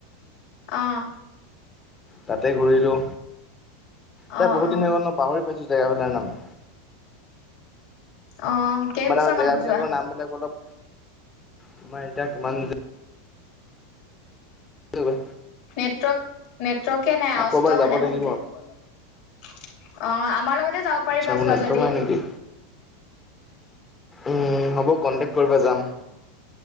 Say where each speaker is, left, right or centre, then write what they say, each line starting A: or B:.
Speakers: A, on the left; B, on the left.
A: অ'।
B: তাতে ঘূৰিলোঁ, এতিয়া
A: অ
B: বহুত
A: অ
B: দিন হৈ গল ন পাহৰি পাইছোঁ জেগাবিলাকৰ নাম?
A: অ', কেইবছৰ
B: মানে আৰু জেগাবিলাকৰ
A: মান হল যোৱা?
B: নামবিলাক অলপ তোমাৰ এতিয়া কিমান যা ৰবা!
A: নেটৱৰ্ক নেটৱৰ্কে নাই আৱাজটো
B: আকৌ এবাৰ
A: আহা
B: যাব
A: নাই ভালকে।
B: লাগিব
A: অ', আমাৰ লগতে যাব পাৰিবা
B: আচ্ছা মোৰ
A: যোৱা
B: নেটৱৰ্ক
A: যদি।
B: নাই নেকি উম', হ'ব কন্টেক কৰিবা যাম।